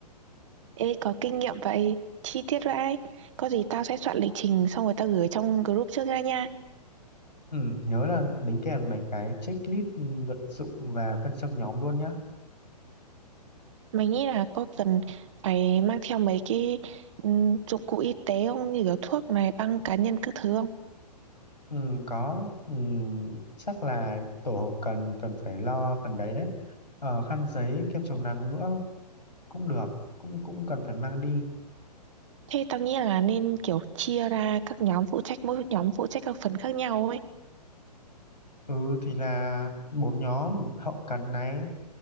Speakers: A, on the right (about 45°); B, on the left (about 80°).
A: Ê, có kinh nghiệm vậy chi tiết vậy có gì tao sẽ soạn lịch trình xong rồi tao gửi trong group trước ra nha
B: ừ, nhớ là đính kèm mấy cái checklist ừ, vật dụng và phân xâm nhóm luôn nhá
A: Mình nghĩ là có cần phải mang theo mấy cái, ừm, dụng cụ y tế không? Như kiểu thuốc này, băng cá nhân các thứ không?
B: ừ, có ừ, chắc là tổ hợp cần cần phải lo phần đấy đấy Ờ, khăn giấy kem chống nắng nữa cũng được cũng cũng cần phải mang đi
A: Thế tao nghĩ là nên, kiểu, chia ra các nhóm phụ trách mỗi nhóm phụ trách các phần khác nhau ấy.
B: Ừ thì là bốn nhóm hậu cần này,